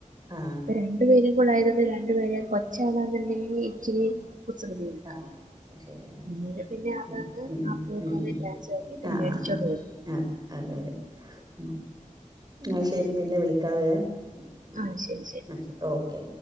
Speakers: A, on the right (about 30°); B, on the right (about 70°).
A: ആ
B: ഇപ്പ രണ്ടു പേരും കൂടെ ആയത് രണ്ടു പേരെ കൊച്ചാണെന്നുണ്ടെങ്കി ഇച്ചിരി കുസകൃതിയാണ്
A: ആ അത് ശരി ആ
B: ഇന്നലെ പിന്നെ അതാന്ന്
A: ഉം ഉം
B: ആ പുക്കുന്ന്
A: ഉം ഉം
B: വിജാരിച്ച് <unintelligible>
A: ആ
B: മേടിച്ചോണ്ട്
A: ആ
B: വന്ന്
A: ആ അതെ അതെ ഉം അയ് ശെരി പിന്നെ വിളി ക്കാവെ എന്നാ
B: ആ ശരി ശരി
A: ശെരി ഓക്കെ